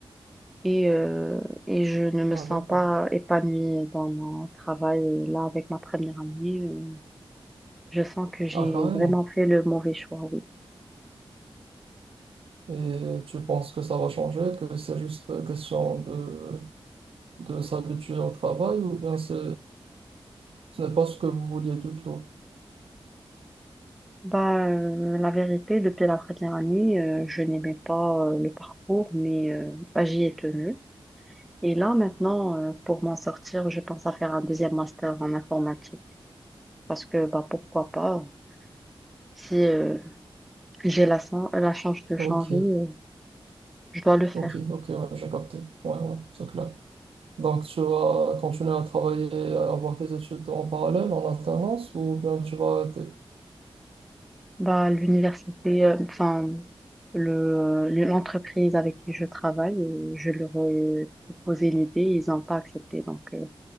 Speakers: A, in the centre; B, on the right (about 75°).
A: Et, euh, et je ne me
B: Ah,
A: sens
B: d'accord.
A: pas épanouie dans mon travail. Et Là, avec ma première année, euh, je sens que j'ai
B: Ah, carrément.
A: vraiment fait le mauvais choix, oui.
B: Et tu penses que ça va changer, que c'est juste euh, question de, de s'habituer au travail ou bien c'est, ce n'est pas ce que vous vouliez du tout?
A: Bah, euh, la vérité, depuis la première année, euh, je n'aimais pas euh, le parcours, mais euh, bah, j'y ai tenu. Et là, maintenant, euh, pour m'en sortir, je pense à faire un deuxième master en informatique. Parce que, bah, pourquoi pas, si euh, j'ai la, sen- la chance de
B: Ok,
A: changer, euh, je dois le faire.
B: ok, ok, ouais, j'ai capté. Ouais, ouais, c'est clair. Donc tu vas continuer à travailler, à avoir tes études en parallèle, en alternance, ou bien tu vas arrêter?
A: Bah, l'université, euh, enfin, le, le- l'entreprise avec qui je travaille, euh, je leur ai proposé l'idée, ils n'ont pas accepté. Donc euh,